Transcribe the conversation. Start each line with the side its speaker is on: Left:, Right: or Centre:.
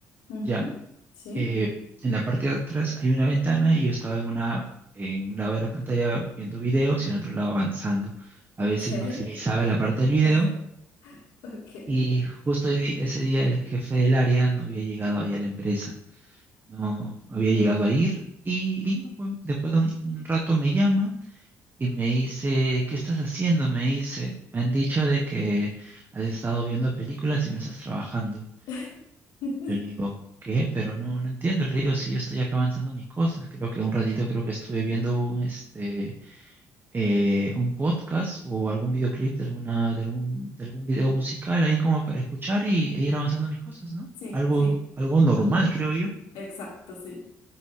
Left: ujú,
Right: ya,
Left: sí,
Right: eh, en la parte de atrás hay una ventana y yo estaba en una, en un lado de la pantalla viendo videos y en otro lado avanzando. A
Left: ok,
Right: veces maximizaba la parte del video
Left: <laughs> ok,
Right: y justo di- ese día el jefe del área no había llegado ahí a la empresa, no había
Left: ujú.
Right: llegado a ir y, y ya, pues, después de un un rato me llama. y me dice, ¿qué estás haciendo? Me dice, me han dicho de que has estado viendo películas y no estás trabajando.
Left: <laughs>
Right: Yo le digo, ¿qué? Pero no, no entiendo. Le digo, sí, yo estoy acá avanzando mis cosas. Creo que un ratito creo que estuve viendo un, este, eh, un podcast o algún videoclip de alguna, de algún, de algún video musical ahí como para escuchar y, e ir avanzando mis cosas, ¿no?
Left: Sí,
Right: Algo,
Left: sí,
Right: algo normal, creo
Left: exacto, sí.